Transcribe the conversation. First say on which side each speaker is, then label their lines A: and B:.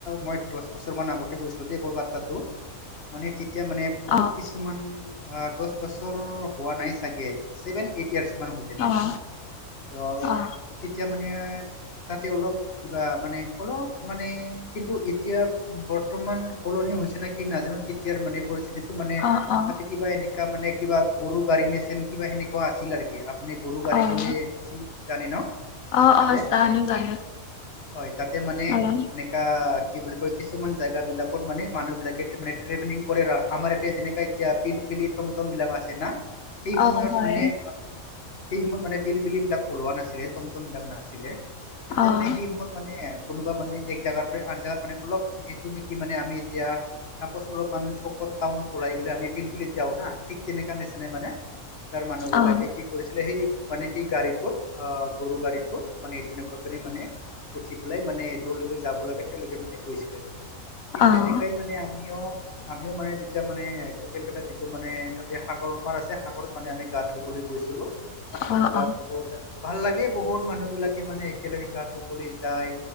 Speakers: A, on the left (about 50°); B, on the left (about 80°).
A: মই দহ বছৰ মান আগতে গৈছো। যদি কলকাতাটো মানে তেতিয়া মানে বহুত
B: অ',
A: কিছুমান দহ বছৰ হোৱা নাই চাগে ছেভেন এইট ইয়াৰ্চ মান হৈছে চাগে।
B: অ',
A: ত
B: অ',
A: তেতিয়া মানে তাতে অলপ কিবা মানে অলপ মানে কিন্তু এতিয়া বৰ্তমান সলনি হৈছে নে কিি নাজানো তেতিয়াৰ মানে পৰিস্থিতিটোো মানে
B: অ', অ',
A: তাতে কিবা এনে া মানে কিবা গৰু গাড়ী নচন কিবা সেনেকুৱা আছিল আৰুকি আপুনি গৰু গাড়ী
B: অ',
A: কৰিিন জানি ন
B: অ
A: তাতে
B: অ জান জানো
A: হয় তাতে মানে
B: অ',
A: এনেকা কি বুলি কয় কিছুমান জেগা বিলাকত মানে মানুহ বিলাকে মানে ট্ৰেভেলিং কৰে আমাৰ এতিয়া যেনেকা এতিয়া পিলপিলি টমটম বিলং আছে না সেই সময়ত
B: অ', হয়,
A: মানে আহ সেই সময়ত মানে পিলপিলি বিলাক ওলোৱা নাছিলে টমটম বিলাক নাছিলে তেতিয়া
B: অ',
A: মানে সেই সময়ত মানে কোনোবা মানে এক জাগগাৰ পৰা আন জোগাত মানে অলপ যিটো মানে আমি এতিয়া অলপ চকত টাউনত ওলাই গলে আমি ফিল যা না িক তেনেে মানে তাৰ মানুহ বিলাকে
B: অ',
A: কি কৰিছিলে সেই মানে সেই গাড়ীটোত অ' গৰু গাড়ীটোত মানে তেনেকুৱা কৰি মানে উঠি পেলাই মানে য'ত যাব লাগে তেওঁলোকে মানে কৈছিলে। ঠিক
B: অ',
A: তেনেকাই মানে আমিও। আমিও মানে যেতিয়া মানে এইটো কেলকাত যিটো মানে তাতে সাগৰৰ পাৰ আছে সাগৰত মানে আমি গাৰ ধুবলৈ গৈছিলো।
B: অ',
A: তত
B: অ',
A: গা ধুবলৈ যায় ভাল লাগে বহুত মানুহ বিলাকে মানে একেলগে গা ধুবলৈ যায়।